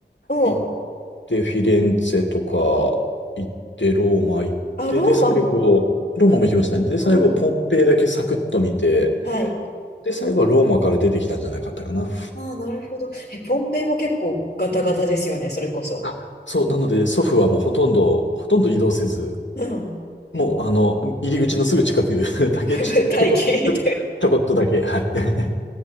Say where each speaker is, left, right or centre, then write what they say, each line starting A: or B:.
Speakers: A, on the left; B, on the left.
A: おお、
B: 行って、フィレンツェとか行って、ローマ行って、
A: あ、ローマも
B: で、最後、ローマも行きましたね。で、最後、
A: おお、
B: ポンペイだけサクッと見て、
A: はい。
B: で、最後はローマから出てきたんじゃなかったかな。
A: ああ、なるほど。え、ポンペイも結構ガタガタですよね、それこそ。
B: あ、そう、なので、祖父はもうほとんど、ほとんど移動せず、
A: うん。
B: もう、あの、入り口のすぐ近く <laughs> だけ、
A: <laughs>
B: ちょっと、
A: 大気。
B: ちょこ、ちょこっとだけ、はい。<laughs>